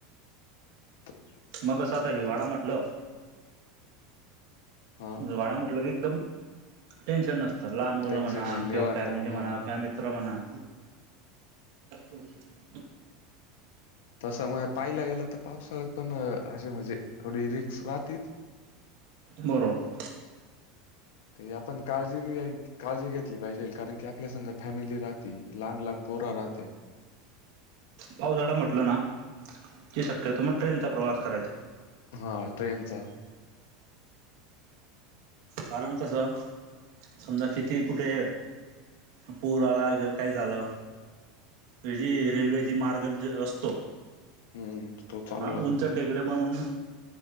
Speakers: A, on the left; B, on the right.
A: ह <inaudible>
B: मग कसं आता हिवाळा म्हटलं.
A: हा
B: हिवाळा म्हटलं की एकदम टेन्शन नसतं लहान मुलं
A: टेन्शन
B: म्हणा
A: नाही निवांत
B: किंवा फॅमिली
A: हा हम्म
B: म्हणा किंवा मित्र म्हणा ल <inaudible>
A: तसमुळे पाहिला गेलं तर पावसाळ्यात पण हजे म्हणजे थोडी रिक्स राहतीच.
B: बरोबर
A: ते आपण काळजी नाही. काळजी घेतली पाहिजे कारण की आपल्या संग फॅमिली राहती लहान लहान पोरा राहते.
B: पावसाळा म्हटलं ना की शक्यतो मग ट्रेनचा प्रवास करायचा
A: हा ट्रेनचा
B: कारण कसं समजा किती कुठे पूर आला किंवा काही झालं. ह जी रेल्वेची मार्ग जो असतो
A: हम्म तो चालू
B: हा
A: राहतो
B: उंच टेकडे म्हणून